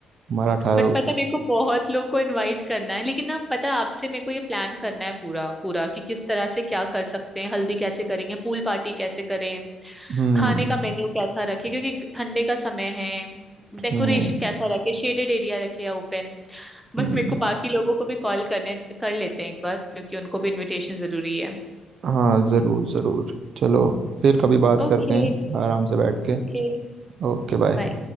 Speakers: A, on the right; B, in the centre.
A: मराठा
B: बट
A: लोग
B: पता है, मेरे को बहुत लोग को इनवाइट करना है लेकिन ना पता है, आपसे मेरे को ये प्लान करना है पूरा पूरा कि किस तरह से क्या कर सकते हैं हल्दी कैसे करेंगे पूल पार्टी कैसे करें
A: हम्म
B: खाने का मेन्यू कैसा रखे क्योंकि ठंडे का समय है डेकोरेशन
A: हम्म
B: कैसा रखे शेडेड एरिया रखे या ओपन बट
A: हम्म
B: मेरे को बाकी लोगों को भी कॉल करने कर लेते हैं एक बार क्योंकि उनको भी इनविटेशन जरूरी है
A: हाँ जरूर जरूर चलो फिर कभी बात
B: ओके
A: करते हैं आराम से बैठ के
B: Okay
A: ओके बाय
B: bye